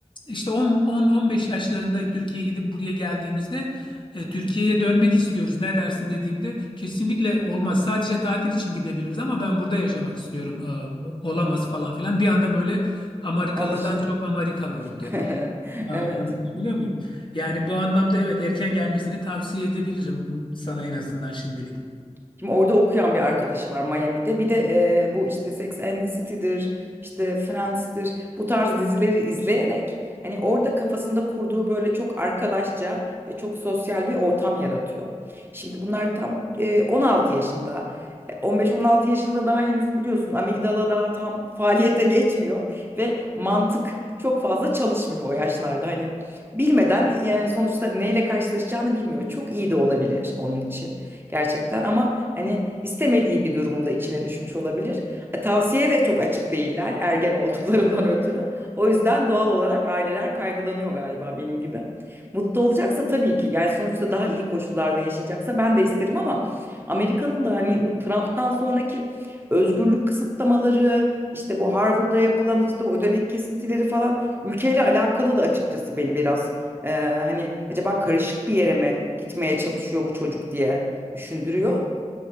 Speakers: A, on the left; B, on the right.
A: işte 10-15 yaşlarında Türkiye'ye gidip buraya geldiğimizde e, Türkiye'ye dönmek istiyoruz. Ne dersin dediğimde kesinlikle olmaz. Sadece tatil için gidebiliriz ama ben burada yaşamak istiyorum. E, olamaz falan filan. Bir anda böyle Amerikalı'dan
B: Al işte.
A: çok Amerikalı oldu.
B: <laughs>
A: Aa,
B: Evet.
A: anlatabiliyor muyum? Yani bu anlamda evet erken gelmesini tavsiye edebilirim sana en azından şimdilik.
B: Şimdi orada okuyan bir arkadaşı var Miami'de. Bir de e, bu işte Sex and the City'dir, işte Friends'tir. Bu tarz dizileri izleyerek hani orada kafasında kurduğu böyle çok arkadaşça ve çok sosyal bir ortam yaratıyor. Şimdi bunlar tam e, 16 yaşında. E, 15-16 yaşında daha henüz biliyorsun amigdala daha tam faaliyete geçmiyor ve mantık çok fazla çalışmıyor o yaşlarda. Hani bilmeden yani sonuçta neyle karşılaşacağını bilmiyor. Çok iyi de olabilir onun için gerçekten ama hani istemediği bir durumunda içine düşmüş olabilir. E, tavsiyeye de çok açık değiller ergen olduklarından <laughs> ötürü. O yüzden doğal olarak aileler kaygılanıyor galiba benim gibi. Mutlu olacaksa tabii ki yani sonuçta daha iyi koşullarda yaşayacaksa ben de isterim ama Amerika'nın da hani bu Trump'tan sonraki özgürlük kısıtlamaları, işte bu Harvard'da yapılan işte o dönek kesintileri falan ülkeyle alakalı da açıkçası beni biraz e, hani acaba karışık bir yere mi gitmeye çalışıyor bu çocuk diye düşündürüyor.